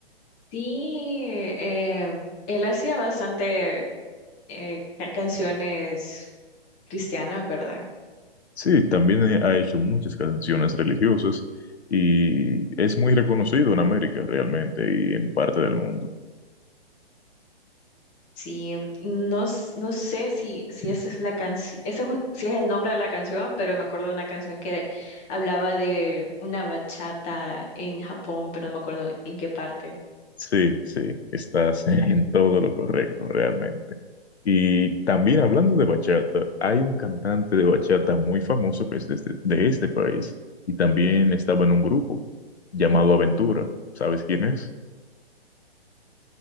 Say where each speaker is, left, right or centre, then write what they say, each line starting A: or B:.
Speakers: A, on the left; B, on the left.
A: Sí, eh, él hacía bastante eh, ca- canciones cristianas, ¿verdad?
B: Sí, también eh, ha hecho muchas canciones religiosas y es muy reconocido en América realmente y en parte del mundo.
A: Sí, no, s- no sé si, si esa es la canción, ese es un- si es el nombre de la canción, pero me acuerdo de una canción que era- hablaba de una bachata en Japón, pero no me acuerdo en qué parte.
B: Sí, sí, estás <laughs> en todo lo correcto realmente. Y también hablando de bachata, hay un cantante de bachata muy famoso que es de este, de este país y también estaba en un grupo llamado Aventura. ¿Sabes quién es?